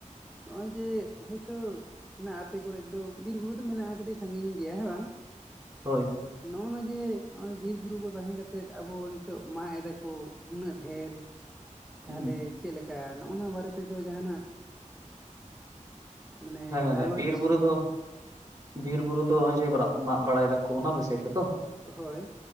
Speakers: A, in the centre; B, on the right (about 30°).
A: ᱦᱚᱜᱼᱚᱭ ᱡᱮ ᱦᱚᱭ ᱛᱚ ᱱᱟ ᱟᱯᱮ ᱠᱚᱨᱮᱫ ᱫᱚ ᱵᱤᱨ ᱵᱩᱨᱩ ᱫᱚ ᱢᱮᱱᱟᱜᱼᱟ ᱠᱟᱹᱴᱤᱡ ᱥᱟᱺᱜᱤᱧ ᱜᱮᱭᱟ ᱦᱮᱸ ᱵᱟᱝ᱾
B: ᱦᱳᱭ ᱦᱳᱭ
A: ᱱᱚᱜ ᱱᱟ ᱡᱮ ᱱᱚᱭ ᱵᱤᱨ ᱵᱩᱨᱩ ᱠᱚ ᱛᱟᱦᱮᱸ ᱠᱮᱛᱮᱫ ᱟᱵᱚ ᱱᱤᱛᱚᱜ ᱢᱟᱜ ᱮᱫᱟ ᱠᱚ ᱩᱱᱟᱹᱜ ᱰᱷᱮᱨ᱾ ᱛᱟᱦᱮᱞᱮ
B: ᱦᱩᱸ
A: ᱪᱮᱫ ᱞᱮᱠᱟ ᱱᱚᱜ ᱱᱟ ᱵᱟᱨᱮ ᱛᱮᱫᱚ ᱡᱟᱦᱟᱱᱟᱜ ᱢᱟᱱᱮ
B: ᱦᱮᱸ
A: ᱜᱟᱞᱚᱪ
B: ᱵᱤᱨ ᱵᱩᱨᱩ ᱫᱚ ᱵᱤᱨ ᱵᱩᱨᱩ ᱫᱚ ᱦᱚᱜᱼᱚᱭ ᱡᱮ ᱵᱟᱨᱟᱜ ᱢᱟᱜ ᱵᱟᱲᱟᱭ ᱫᱟᱠᱚ ᱚᱱᱟ <unintelligible> ᱜᱮᱛᱚ᱾
A: ᱦᱳᱭ᱾